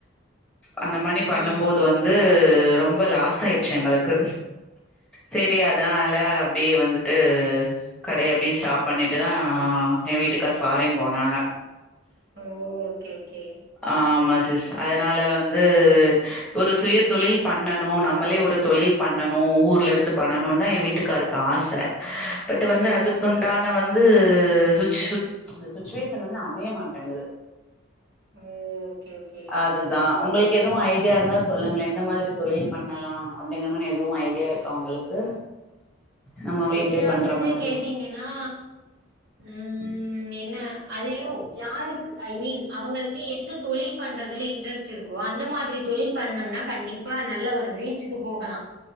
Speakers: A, in the centre; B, on the right.
A: அந்த மானி பண்ணும்போது
B: ம்
A: வந்து து ரொம்ப லாஸ் ஆயிட்ச்சு எங்களுக்கு செரி அதனால அப்டியே வந்துட்டு கடய அப்டியே ஸ்டாப் பண்ணிட்டுதா ஆ எ வீட்டுக்கார் ஃபாரின் போனாங்க
B: ஓ ஓகே ஓகே.
A: ஆ ஆமா சிஸ் அதனால வந் து ஒரு சுயதொழில் பண்ணணு நம்மளே ஒரு தொழில் பண்ணணு ஊர்லருந்து பண்ணணு ந்தா எ வீட்டுக்காருக்கு ஆச பட்
B: ம்
A: வந்து அதுக்குண்டான வ ந்து சுச்சு அந்த சுச்சுவேஷன் வந்து அமைய மாட்டங்குது
B: ஓ ஓகே ஓகே.
A: அதுதா உங்கள் க்கு எதுவு ஐடியா இருந்தா சொல்லுங்ளே எந்த மாதிரி தொழில் பண்ணலா அப்டிங்க மானி எதுவு ஐடியாருக்கா உங்களுக்கு நம்ம வீட்லயே
B: ஐடியாஸ்ன்னு
A: பண்ற மாதிரி
B: கேட்டீங்கன்னா ம் என்ன அதையு யாருக்கு ஐ மீன் அ அவுங்கள்க்கு எந்த தொழில் பண்றதுல இன்ரெஸ்ட்டு இருக்கோ அந்த மாதிரி தொழில் பண்ணம்னா கண்டிப்பா நல்ல ஒரு ரீச்சுக்கு போகலா